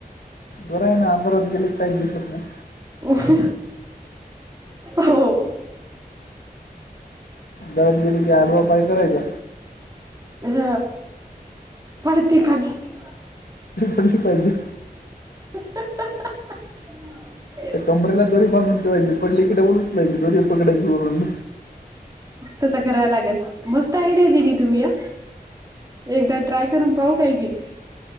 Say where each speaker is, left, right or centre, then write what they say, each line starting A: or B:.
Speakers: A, on the left; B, on the right.
A: बरं आहे ना अंधारात गेले काहीच दिसत नाही.
B: हो. हो.
A: गरत गेली की आडवा पाय करायचा.
B: ह पडती खाली.
A: थंशी पाहिजे.
B: <unintelligible>
A: तर कंबरेला दोरी बांधून ठेवायची, पडली की डब्बल उचलायची, दोरी पकडाची वरून.
B: तसं कराय लागेल, मस्त आयडिया दिली तुम्ही हा. एकदा ट्राय करून पाहू काय की.